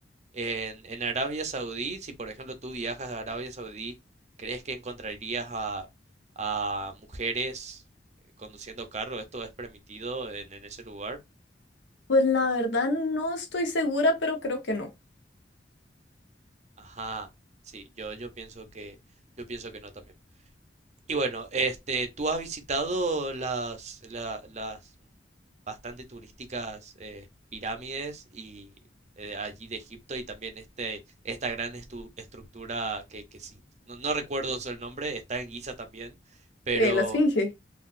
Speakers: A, on the right (about 40°); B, on the left (about 85°).
A: En, en Arabia Saudí, si por ejemplo tú viajas a Arabia Saudí, ¿crees que encontrarías a, a mujeres eh, conduciendo carro? ¿Esto es permitido en, en ese lugar?
B: Pues la verdad no estoy segura, pero creo que no.
A: Ajá, sí, yo, yo pienso que, yo pienso que no también. Y bueno, este, ¿tú has visitado las, la- las bastante turísticas eh, pirámides y eh, allí de Egipto y también este, esta gran estu- estructura que, que sí, no, no recuerdo el nombre, está en Giza también, pero
B: Eh, la esfinge.